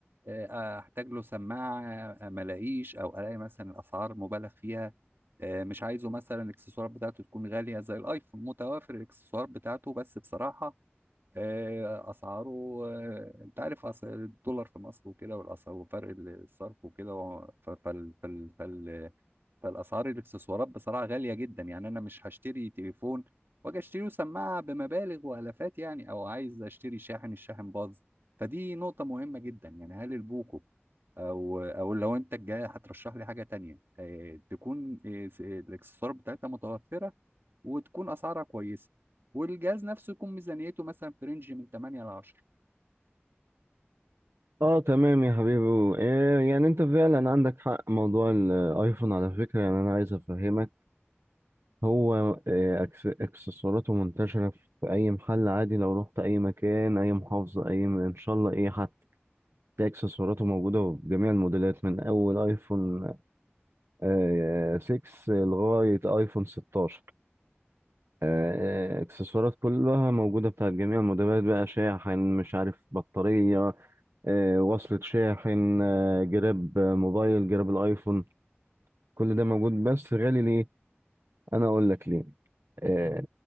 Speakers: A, on the right; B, on the right.
A: آه، احتاج له سماعه آه، ما الاقيش او الاقي مثلا الاسعار مبالغ فيها آه، مش عايزه مثلا الاكسسوارات بتاعته تكون غاليه زي الايفون متوافر الاكسسوارات بتاعته بس بصراحه آه، اسعاره آه، انت عارف أس- الدولار في مصر وكده والاسعار وفرق الصرف وكده و- ف- فال فال فال فالاسعار الاكسسوارات بصراحه غاليه جدا يعني انا مش هشتري تليفون واجي اشتري سماعه بمبالغ والافات يعني او عايز اشتري شاحن الشاحن باظ فدي نقطه مهمه جدا يعني هل البوكو او او لو انت الجاي هترشح لي حاجه تانية آه، تكون آه، س- آه، الاكسسوار بتاعتها متوفره وتكون اسعارها كويسه والجهاز نفسه يكون ميزانيته مثلا في رينج من 8 ل 10
B: اه تمام يا حبيبي آه، يعني انت فعلا عندك حق موضوع الايفون على فكرة يعني انا عايز افهمك هو آه، أكس- اكسسواراته منتشرة في اي محل عادي لو رحت اي مكان اي محافظة اي م- ان شاء الله ايه حتى تلاقي اكسسواراته موجودة بجميع الموديلات من اول ايفون آه، 6 لغاية ايفون 16 آه، آه، اكسسوارات كلها موجودة بتاعت جميع الموديلات بقى شاحن مش عارف بطارية آه، وصلة شاحن آه، جراب موبايل جراب الايفون كل ده موجود بس غالي ليه انا اقول لك ليه آه،